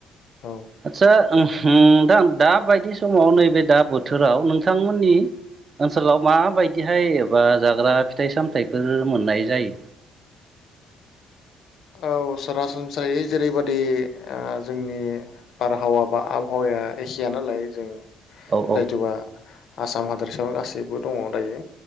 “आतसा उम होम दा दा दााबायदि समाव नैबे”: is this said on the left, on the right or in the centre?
Right